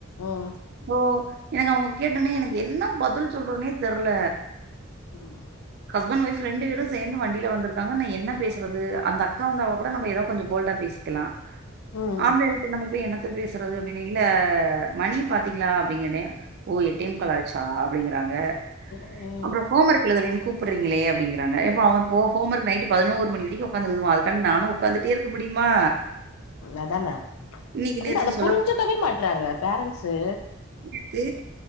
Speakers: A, on the left (about 90°); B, on the right (about 50°).
A: உம்
B: ஓ எனக்கு அவுங்க கேட்டவுனே எனக்கு என்ன பதில் சொல்றதுனே தெர்ல
A: உம்
B: ஹஸ்பண்ட் வைஃப் ரெண்டு பேரும் சேர்ந்து வண்டியில வந்திருக்காங்க நா என்ன பேசுறது அந்த அக்கா வந்தா கூட நம்ம எதா கொஞ்சோ போல்டா பேசி க்கலா
A: ம்
B: ஆம்பளை நம்ம போய் என்னத்த பேசுறது அப்டின்னு இல்ல மணி பாத்தீங்களா அப்டின் கேட்டேன் ஓ எட்டே முக்காலாச்சா அப்டிங்குறாங்க
A: உ உம்
B: அப்புறம் ஹோம் ஒர்க் எழுதுலேன்னு கூப்ட்றீங்களே அப்டிங்குறாங்க எப்பா அவன் ஹோம் ஒர்க் நைட்டு பதினோரு மணி வரைக்கும் உக்காந்து எழுதுவா அதுக்காண்டி நானு உக்காந்துட்டே இருக்க முடியுமா
A: அதான
B: இன்னைக்கு
A: இல்ல
B: நேத்து
A: அத
B: சொல்ல
A: புரிஞ்சுக்கவே மாட்றாங்க பேரண்ட்ஸு
B: இது